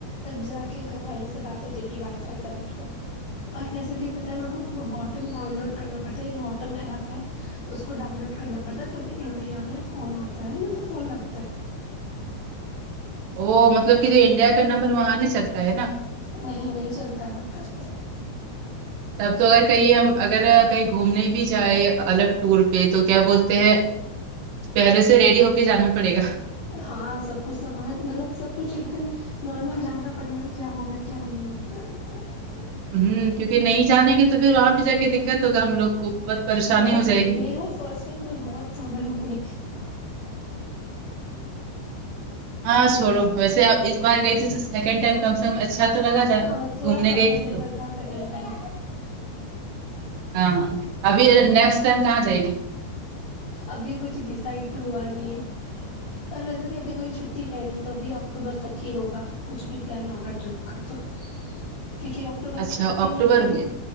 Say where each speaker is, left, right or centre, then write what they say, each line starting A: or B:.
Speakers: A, on the left; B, on the right.
A: تب جا کے گھر والوں سے بات ہوتی تھی وائف کنیکٹ کر کے اور ویسے بھی پتا ہے وہاں باٹم ڈاؤن لوڈ کرنا پڑتا ایک واٹم ایپ ہے اس کو ڈاؤن لوڈ کرنا پڑتا ہے تب انڈیا میں فون آتا ہے مطلب فون لگتا ہے
B: وہ مطلب کہ جو انڈیا کا نمبر وہاں نہیں چلتا ہے نا
A: نہیں نہیں چلتا ہے
B: اب تو اگر کہیں ہم اگر کہیں گھومنے بھی جائیں الگ ٹور پہ تو کیا بولتے ہیں پہلے سے ریڈی ہو کے جانا پڑے گا
A: ہاں سب کچھ سمج مطلب سب کچھ ایک دم نارمل جاننا پڑے گا کیا ہو رہا ہے کیا نہیں ہو رہا
B: ہمم کیونکہ نہیں جانے گے تو پھر وہاں پہ جا کے دقت ہوگا ہم لوگ کو بہت پریشانی
A: ہاں
B: ہو جائے گی
A: میں وہ فرسٹ ٹائم تو بہت پرابلم ہوئی
B: ہاں چھوڑو ویسے اپ اس بار گئی تھی سیکنڈ ٹائم کم سے کم اچھا تو لگا جا
A: ہاں تھوڑا
B: گھومنے
A: کمفرٹیبل
B: گئی تھی تو
A: تھا سیکنڈ ٹائم
B: ہاں ہاں ابھی نیکسٹ ٹائم کہاں جائے گی
A: ابھی کچھ ڈسائڈ تو ہوا نہیں ہے اور ویسے بھی ابھی کبھی چھٹی ہے نہیں تو ابھی اکٹوبر تک ہی ہوگا کچھ بھی پلان ہوگا ٹرپ کا تو کیونکہ اکٹوبر
B: اچھا
A: میں چھٹی
B: اکتوبر
A: ملتا ہے
B: میں
A: نا